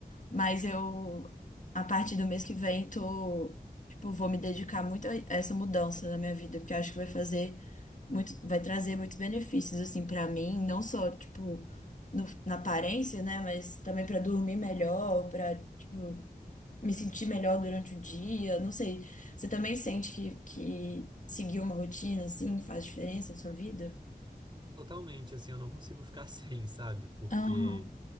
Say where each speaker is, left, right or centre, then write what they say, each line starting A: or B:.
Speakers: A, on the left (about 50°); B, on the right (about 30°).
A: Mas eu, a partir do mês que vem, tô, tipo, vou me dedicar muito a essa mudança na minha vida, porque eu acho que vai fazer muito, vai trazer muitos benefícios, assim, pra mim, não só, tipo, no- na aparência, né, mas também pra dormir melhor, pra, tipo, me sentir melhor durante o dia, não sei. Você também sente que, que seguir uma rotina, assim, faz diferença na sua vida?
B: Totalmente, assim, eu não consigo ficar <laughs> sem, sabe? Porque
A: Aham,